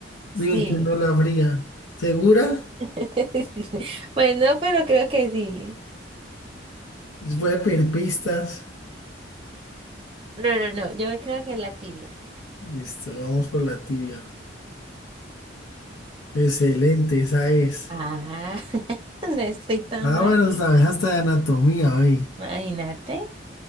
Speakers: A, on the left; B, on the right.
A: digo
B: Sí.
A: el que no la abría. ¿Segura?
B: <laughs> Pues no, pero creo que sí.
A: Les voy a pedir pistas.
B: No, no, no, yo creo que la tibia.
A: Listo, vamos por la tibia. Excelente, esa es.
B: Ah, <laughs> no estoy tan
A: Ah,
B: mal,
A: bueno,
B: ¿vio?
A: sabes hasta de anatomía, oye.
B: Imagínate.